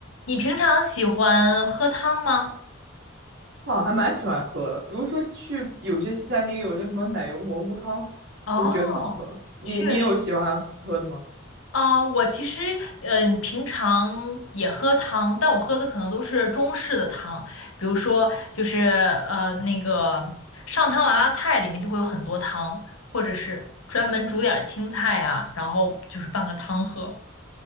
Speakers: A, on the left; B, on the right.
A: 你平常喜欢喝汤吗？
B: 啊，还蛮喜欢喝的。比如说去有些西餐厅有那什么奶油蘑菇汤，
A: 哦，
B: 我就觉得很好喝。你你有喜欢喝的吗？
A: 确实。啊、我其实嗯、呃平常也喝汤，但我喝的可能都是中式的汤，比如说就是呃那个上汤娃娃菜里面就会有很多汤，或者是专门煮点儿青菜啊，然后就是拌个汤喝。